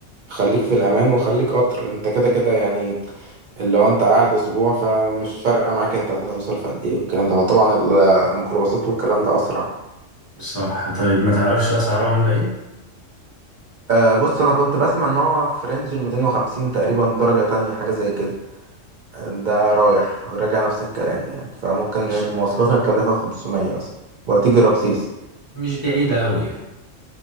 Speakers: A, on the right; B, on the left.
A: خليك في الامان وخليك قطر انت كده كده يعني اللي هو انت قاعد اسبوع فمش فارقة معاك انت هتوصل في قد ايه والكلام ده هو طبعا الميكروباصات والكلام ده اسرع
B: صح طيب ما تعرفش أسعاره عاملة إيه؟
A: آه بص انا كنت بسمع ان هو في رينج ال 250 تقريبا درجة تانية حاجة زي كده ده رايح راجع نفس الكلام يعني فممكن
B: ماشي
A: المواصلات هتكلفك 500 مثلا وهتيجي رمسيس
B: مش بعيدة أوي يعني